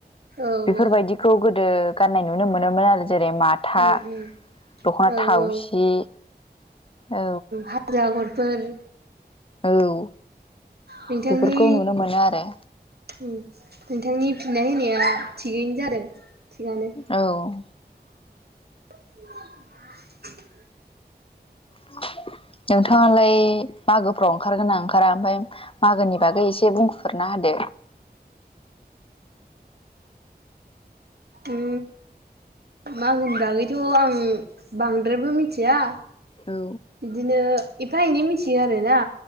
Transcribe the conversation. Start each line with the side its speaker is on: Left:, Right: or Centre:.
Right: औ
Left: बेफोरबायदिखौ
Right: औ
Left: गोदो गाननाय नुनो मोनोमोन आरो जेरै माथा
Right: उम उम
Left: दख'ना
Right: औ
Left: थावसि
Right: औ
Left: औ
Right: हाजो आगरफोर
Left: औ
Right: नोंथांनि
Left: बेफोरखौ नुनो मोनो आरो
Right: उम नोंथांनि फिननाय होनाया थिगैनो जादों थिगानो
Left: औ
Right: <inaudible>
Left: उम नोंथाङालाय मागोफ्राव ओंखारगोन ना ओंखारा ओमफ्राय मागोनि बागै एसे बुंफुरना होदो <inaudible>
Right: उम मागोनि बागैथ' आं बांद्रायबो मिथिया
Left: औ
Right: बिदिनो एफा एनै मिथियो आरोना